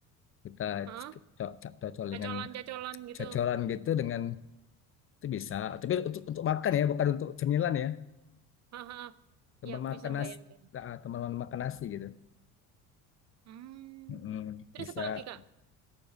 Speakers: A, on the left; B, on the right.
A: kita
B: Hah?
A: co- co- cocol
B: Cacolan-cacolan
A: dengan
B: gitu.
A: cocolan gitu dengan itu bisa. Tapi untuk untuk makan ya, bukan untuk cemilan ya.
B: Haha.
A: Teman
B: Ya, aku
A: makan
B: bisa membayangkan.
A: nasi, ah, teman makan nasi gitu.
B: Hmm.
A: Mm-mm,
B: Terus
A: bisa.
B: apa lagi, Kak?